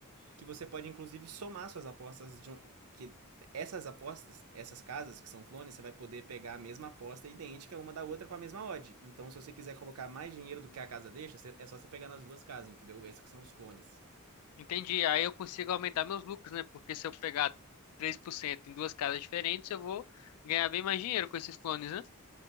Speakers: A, on the right (about 75°); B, on the left (about 80°).
A: que você pode inclusive somar suas apostas de um, que essas apostas, essas casas que são clones, você vai poder pegar a mesma aposta idêntica uma da outra com a mesma odd. Então, se você quiser colocar mais dinheiro do que a casa deixa, é só você pegar nas duas casas, entendeu? Esses que são os clones.
B: Entendi, aí eu consigo aumentar meus lucros, né? Porque se eu pegar 3% em duas casas diferentes, eu vou ganhar bem mais dinheiro com esses clones, né?